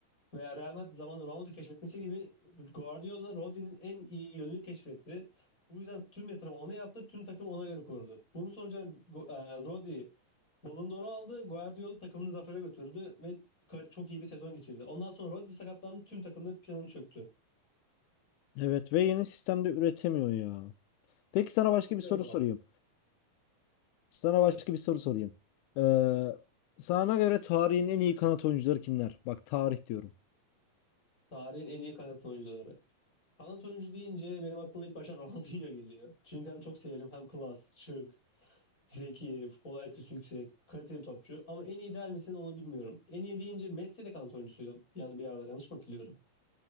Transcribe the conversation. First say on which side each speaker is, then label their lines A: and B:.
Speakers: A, on the left; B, on the left.
A: veya Real Madrid zamanında Ronaldo'yu keşfetmesi gibi Guardiola Rodri'nin en iyi yönünü keşfetti. Bu yüzden tüm yatırım ona yaptı, tüm takım ona göre kuruldu. Bunun sonucu Go- e, Rodri Ballon d'Or'u aldı, Guardiola takımını zafere götürdü ve Kar- Çok iyi bir sezon geçirdi. Ondan sonra Rodri sakatlandı. Tüm takımda planı çöktü.
B: Evet ve yeni sistemde üretemiyor ya. Peki sana başka
A: Sisteme
B: bir soru
A: bağlı.
B: sorayım. Sana
A: Evet.
B: başka bir soru sorayım. Ee, sana göre tarihin en iyi kanat oyuncuları kimler? Bak tarih diyorum.
A: Tarihin en iyi kanat oyuncuları. Kanat oyuncu deyince benim aklıma ilk başta <laughs> Ronaldinho geliyor. Çünkü hem çok severim hem klas, şık, zeki, futbol IQ'su yüksek, kaliteli topçu. Ama en iyi der misin onu bilmiyorum. En iyi deyince Messi de kanat oyuncusuydu. Yani bir arada yanlış mı hatırlıyorum?